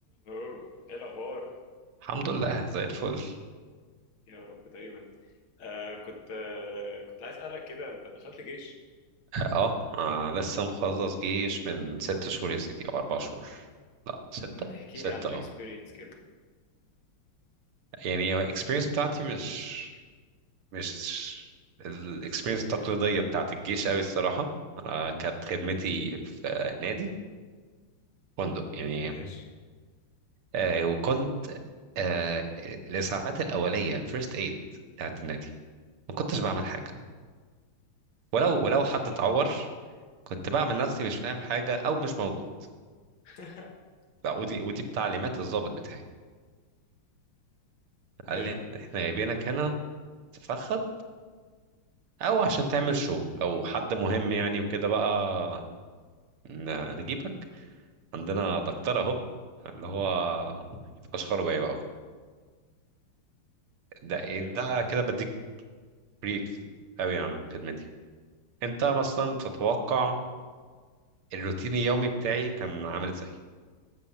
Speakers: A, on the left; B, on the right.
A: اوه ايه الاخبار
B: الحمد لله زي الفل
A: يا رب دايما آه كنت آه كنت عايز اسالك كده انت دخلت جيش
B: اه آه، لسه مخلص جيش من ست شهور يا سيدي او اربع شهور لا ستة
A: لما تحكي
B: ستة
A: لي عن الاكسبيرينس
B: اه
A: كده
B: يعني الاكسبيرينس بتاعتي مش مش الاكسبيرينس التقليدية بتاعت الجيش قوي الصراحة انا كانت خدمتي في نادي فندق يعني
A: ماشي
B: آه وكنت آه الاسعافات الاولية الفيرست ايد بتاعت النادي ما كنتش بعمل حاجة ولو ولو حد
A: جميل
B: اتعور كنت بعمل نفسي مش فاهم حاجة او مش موجود
A: <laughs>
B: لا ودي ودي بتعليمات الضابط بتاعي
A: جامد
B: قال لي احنا جايبينك هنا تفخد او عشان تعمل شو لو حد مهم يعني وكده بقى ن- نجيبك عندنا دكتور اهو اللي هو فشخره بيا بقى وكده ده ايه
A: جامد
B: ده كده بديك بريف قوي عن خدمتي انت مثلا تتوقع الروتين اليومي بتاعي كان عامل ازاي